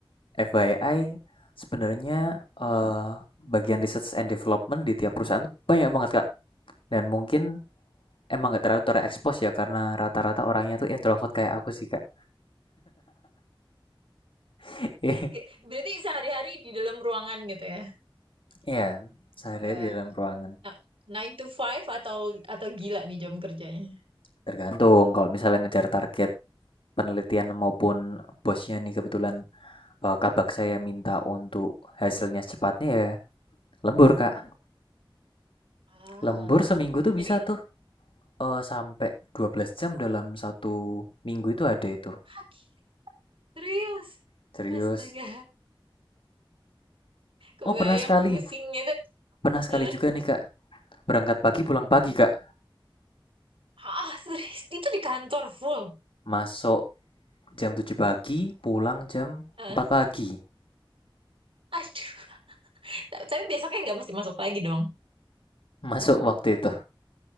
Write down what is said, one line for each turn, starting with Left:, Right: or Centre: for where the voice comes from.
Left: FYI, sebenarnya
Right: Hmm?
Left: eh, bagian research and development di tiap perusahaan tuh banyak banget, Kak. Dan mungkin emang nggak terlalu terekspos
Right: Hmm.
Left: ya karena rata-rata orangnya tuh introvert kayak aku sih, Kak. <laughs>
Right: Ke- Berarti sehari-hari di dalam ruangan gitu ya.
Left: Iya, sehari
Right: Eh,
Left: di dalam ruangan.
Right: Nah, Nine to five atau atau gila nih jam kerjanya?
Left: Tergantung kalau misalnya ngejar target penelitian maupun bosnya nih kebetulan eh, kabak saya minta untuk hasilnya secepatnya ya lembur kak
Right: Ah,
Left: lembur seminggu tuh
Right: jadi
Left: bisa tuh eh, sampai 12 jam dalam satu minggu itu ada itu
Right: kaki serius.
Left: serius
Right: Astaga, kebayang
Left: oh pernah sekali
Right: pusingnya tuh.
Left: pernah sekali
Right: Hah?
Left: juga nih kak berangkat pagi pulang pagi
Right: Hmm?
Left: kak
Right: Ah, serius itu di kantor full.
Left: masuk jam tujuh pagi pulang jam
Right: Hah?
Left: empat pagi
Right: Aduh, ta- tapi besoknya nggak mesti masuk lagi dong.
Left: masuk waktu itu